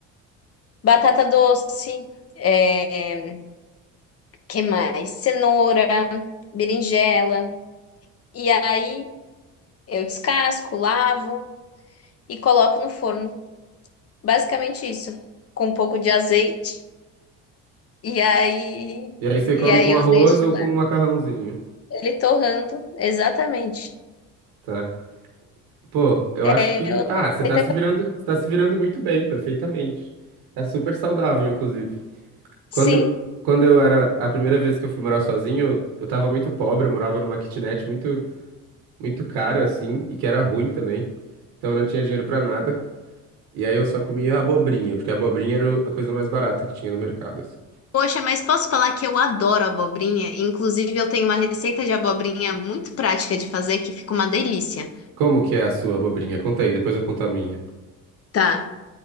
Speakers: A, on the left; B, on the right.
A: Batata doce, é, que mais? Cenoura, berinjela. E aí eu descasco, lavo e coloco no forno. Basicamente isso, com um pouco de azeite. E aí,
B: E aí você come
A: e aí
B: com
A: eu
B: arroz
A: deixo
B: ou
A: lá,
B: com um macarrãozinho,
A: ele torrando, exatamente.
B: tá? Pô, eu acho
A: É
B: que...
A: outra
B: Ah, você
A: receita
B: tá se
A: que
B: virando,
A: eu...
B: você tá se virando muito bem, perfeitamente. Tá super saudável, inclusive.
A: Sim.
B: Quando, quando eu era... A primeira vez que eu fui morar sozinho, eu tava muito pobre, eu morava numa kitnet muito muito cara assim e que era ruim também. Então eu não tinha dinheiro pra nada. E aí eu só comia abobrinha, porque a abobrinha era o- a coisa mais barata que tinha no mercado, assim.
A: Poxa, mas posso falar que eu adoro abobrinha? Inclusive, eu tenho uma receita de abobrinha muito prática de fazer que fica uma delícia.
B: Como que é a sua abobrinha? Conta aí, depois eu conto a minha.
A: Tá.